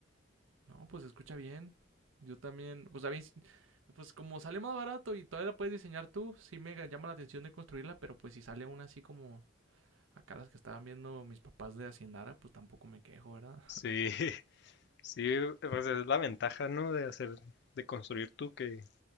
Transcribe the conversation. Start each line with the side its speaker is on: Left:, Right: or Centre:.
Right: No, pues se escucha bien. Yo también, pues a mí, pues como sale más barato y todavía la puedes diseñar tú, sí me llama la atención de construirla, pero pues si sale una así como acá las que estaban viendo mis papás de Haciendara, pues tampoco me quejo, ¿verdad?
Left: Sí, <laughs> sí, pues es la ventaja, ¿no? De hacer, de construir tú que,